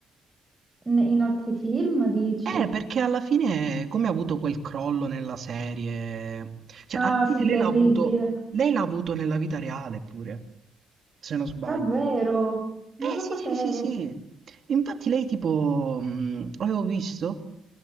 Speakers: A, on the right; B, on the right.
A: N- In altri film, dici?
B: Eh, perché alla fine, come ha avuto quel crollo nella serie, cioè
A: Ah,
B: alla fine
A: sì,
B: lei
A: terribile.
B: l'ha avuto, lei l'ha avuto nella vita reale pure, se non sbaglio.
A: Davvero? Non
B: Eh
A: lo
B: sì,
A: sapevo.
B: sì, sì, sì. Infatti lei tipo, mh, avevo visto